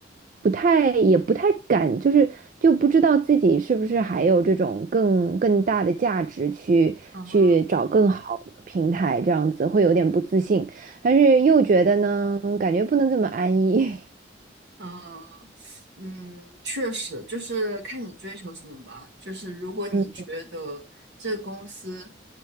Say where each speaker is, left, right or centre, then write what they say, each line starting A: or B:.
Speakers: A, on the right; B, on the right.
A: 不太也不太敢，就是就不知道自己是不是还有这种更更大的价值去去找更好的平台，
B: 啊，
A: 这样子会有点不自信。但是又觉得呢，感觉不能这么安逸。
B: 啊，嗯，确实，就是看你追求什么吧。就是如果你觉得这个公司
A: <laughs> 嗯